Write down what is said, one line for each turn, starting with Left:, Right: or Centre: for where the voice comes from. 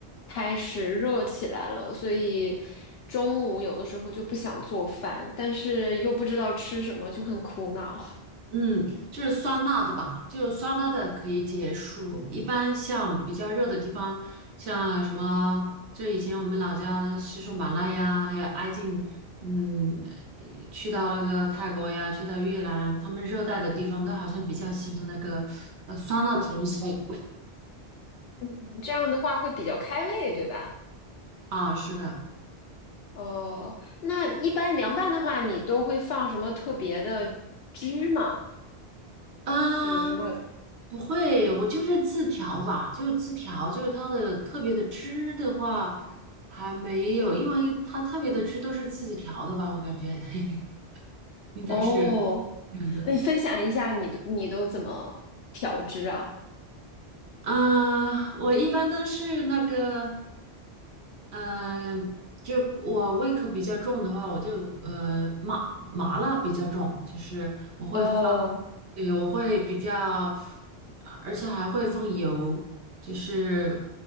Left: 开始热起来了，所以中午有的时候就不想做饭，但是又不知道吃什么，就很苦恼。
Right: 嗯，就是酸辣的吧，就酸辣的可以解暑。一般像比较热的地方，像什么，就以前我们老家的西双版纳呀，还有挨近，嗯，呃去到那个泰国呀，去到越南，他们热带的地方都好像比较喜欢那个呃酸辣的东西。
Left: 嗯，这样的话会比较开胃，对吧？
Right: 啊，是的，
Left: 哦，那一般凉拌的话，你都会放什么特别的汁吗？
Right: 嗯，
Left: 有什么？
Right: 不会，我就是自调吧，就是字条，就是它的特别的汁的话还没有，因为它特别的汁都是自己调的吧，我感觉 <laughs> 应该是
Left: 哦，
Right: 这样子。
Left: 那你分享一下你的，你都怎么调汁啊？
Right: 啊，我一般都是那个，嗯，就我胃口比较重的话，我就呃麻麻辣比较重，就是我会放，
Left: 哦。
Right: 对，我会比较，而且还会放油，就是